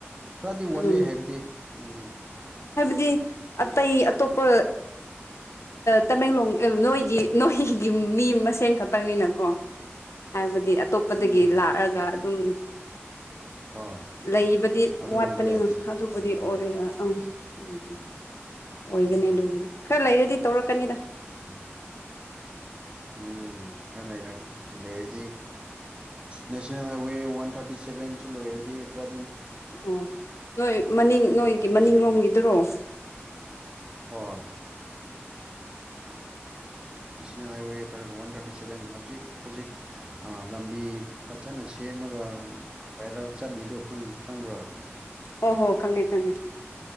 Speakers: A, on the right; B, on the left.
A: ꯈꯔꯗꯤ ꯋꯥꯠꯂꯤ
B: ꯎꯝ
A: ꯍꯥꯏꯕꯗꯤ ꯎꯝ
B: ꯗꯤ ꯑꯇꯩꯏ ꯑꯇꯣꯞꯄ ꯇꯃꯦꯡꯂꯣꯡ ꯅꯣꯏꯒꯤ ꯅꯣꯏꯒꯤ ꯃꯤ ꯃꯁꯦꯟ ꯈꯛꯇꯪꯅꯤꯅꯀꯣ ꯍꯥꯏꯕꯗꯤ ꯍꯥꯏꯗꯤ ꯑꯇꯣꯞꯄꯗꯒꯤ
A: ꯎꯝ
B: ꯂꯥꯛꯑꯒ ꯑꯗꯨꯝ
A: ꯍꯣꯏ
B: ꯂꯩꯕꯗꯤ
A: ꯑꯗꯨꯒꯨꯝꯕ
B: ꯋꯥꯠꯄꯅꯤꯅ
A: ꯂꯩꯇꯦ
B: ꯑꯗꯨꯕꯨꯗꯤ
A: ꯍꯥꯏꯕ
B: ꯑꯣꯏꯔ
A: ꯋꯥꯅꯤ
B: ꯎꯝ ꯎꯝ ꯎꯝ ꯑꯣꯏꯒꯅꯤ
A: ꯎꯝ
B: ꯑꯗꯨꯕꯨꯗꯤ ꯈꯔ ꯂꯩꯔꯗꯤ ꯇꯧꯔꯛꯀꯅꯤꯗ
A: ꯎꯝ ꯎꯝ ꯈꯔ ꯂꯩꯔ ꯂꯩꯔꯗꯤ ꯅꯦꯁꯅꯦꯜ ꯍꯥꯏꯋꯦ ꯋꯥꯟ ꯊꯥꯔꯇꯤ ꯁꯚꯦꯟꯁꯨ ꯂꯩꯣꯏꯔꯗꯤ ꯈꯔ
B: ꯑꯣ ꯅꯣꯏ ꯃꯅꯤꯡ ꯅꯣꯏꯒꯤ
A: ꯉꯁꯤ
B: ꯃꯅꯤꯡꯂꯣꯝꯒꯤꯗꯨꯔꯣ ꯎꯝ
A: ꯍꯣꯏ national highway one thirty seven ꯍꯧꯖꯤꯛ ꯍꯧꯖꯤꯛ ꯂꯝꯕꯤ ꯐꯖꯅ ꯁꯦꯝꯃꯒ ꯚꯔꯜ ꯆꯠꯂꯤꯗꯣ ꯈꯪ ꯈꯪꯕ꯭ꯔꯣ
B: ꯑꯣ ꯍꯣ ꯍꯣ ꯈꯪꯉꯦ ꯈꯪꯉꯦ